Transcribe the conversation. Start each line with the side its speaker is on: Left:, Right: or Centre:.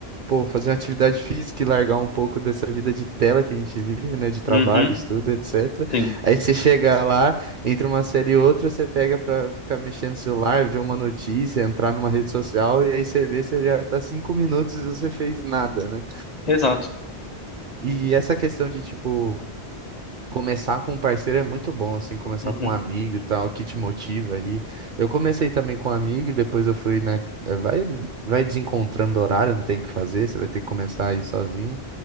Right: pô, fazer uma atividade física e largar um pouco dessa vida de tela que a gente vive, né, de trabalho,
Left: Uhum,
Right: estudo, etc.
Left: sim.
Right: Aí você chega lá, entre uma série e outra, você pega pra ficar mexendo no celular, ver uma notícia, entrar numa rede social, e aí você vê, você já tá cinco minutos e você fez nada, né?
Left: Exato.
Right: E essa questão de, tipo, Começar com um parceiro é muito bom, assim, começar
Left: Uhum,
Right: com um amigo e tal, que te motiva aí. Eu comecei também com um amigo, e depois eu fui, né? eh, Vai, vai desencontrando horário, não tem o que fazer, você vai ter que começar aí sozinho.